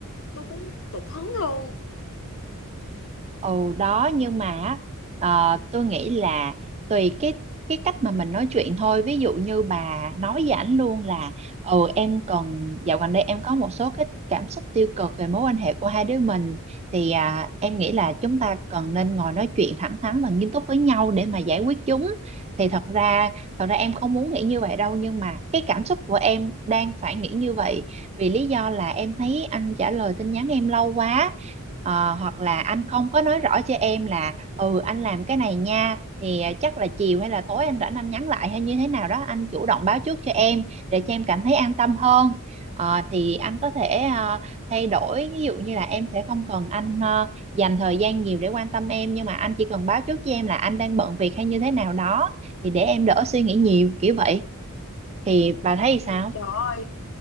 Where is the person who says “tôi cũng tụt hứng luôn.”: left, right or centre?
Left